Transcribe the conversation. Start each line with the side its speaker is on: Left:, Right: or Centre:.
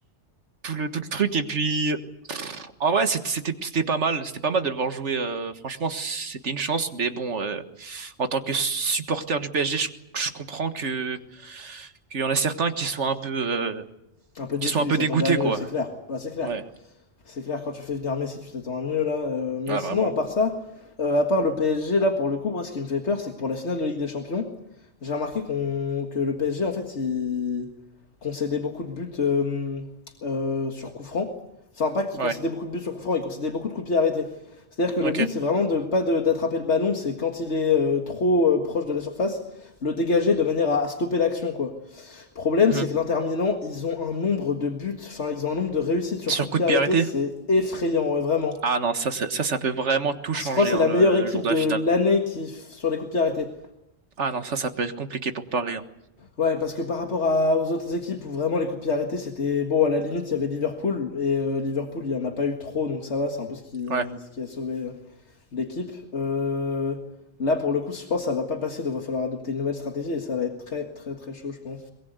Right: tout le, tout le truc. Et puis, en vrai, c'était, c'était c'était pas mal, c'était pas mal de le voir jouer. euh, franchement, c'était une chance. Mais bon, euh, en tant que supporter du PSG, je, je comprends que qu'il y en a certains qui soient un peu, euh,
Left: Un peu déçu,
Right: qui soient un
Left: il
Right: peu
Left: s'attendait
Right: dégoûtés,
Left: à mieux,
Right: quoi.
Left: c'est clair. Bah, c'est clair.
Right: Ouais,
Left: C'est clair, quand tu fais venir Messi, tu t'attends à mieux là. Euh, mais
Right: ouais,
Left: sinon,
Right: vraiment.
Left: à part ça, euh, à part le PSG, là, pour le coup, moi, ce qui me fait peur, c'est que pour la finale de Ligue des Champions, j'ai remarqué qu'on que le PSG, en fait, il concédait beaucoup de buts euh, euh, sur coup franc. Enfin, pas qu'il
Right: Ouais,
Left: concédait beaucoup de buts sur coup franc, il concédait beaucoup de coups pieds arrêtés. C'est-à-dire que le
Right: ok.
Left: but, c'est vraiment de pas de- d'attraper le ballon, c'est quand il est euh, trop euh, proche de la surface, le dégager de manière à, à stopper l'action, quoi. Le Problème,
Right: Mhm.
Left: c'est que l'Inter Milan, ils ont un nombre de buts, enfin, ils ont un nombre de réussites sur
Right: Sur
Left: coup de
Right: coup
Left: pied
Right: de
Left: arrêté,
Right: pied arrêté?
Left: c'est effrayant, ouais, vraiment.
Right: Ah non, ça, ça, ça ça peut vraiment tout changer
Left: Je crois que c'est
Right: hein,
Left: la
Right: le,
Left: meilleure équipe
Right: le jour de
Left: de
Right: la
Left: l'année
Right: finale.
Left: qui sur les coups de pied arrêtés.
Right: Ah non, ça, ça peut être compliqué pour Paris. hein.
Left: Ouais, parce que par rapport à, aux autres équipes où vraiment les coups de pied arrêtés, c'était bon, à la limite, il y avait Liverpool, et euh, Liverpool, il n'y en a pas eu trop, donc ça va, c'est un peu ce qui,
Right: Ouais,
Left: ce qui a sauvé euh, l'équipe. Euh, là, pour le coup, je pense que ça va pas passer, donc il va falloir adopter une nouvelle stratégie, et ça va être très, très, très chaud, je pense.